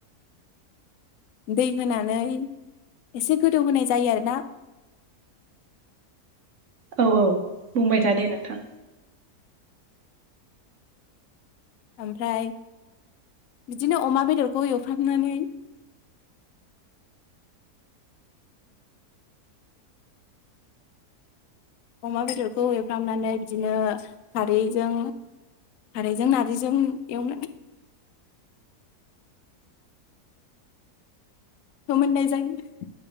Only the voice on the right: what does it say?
औ औ बुंबाय था दे नोंथां।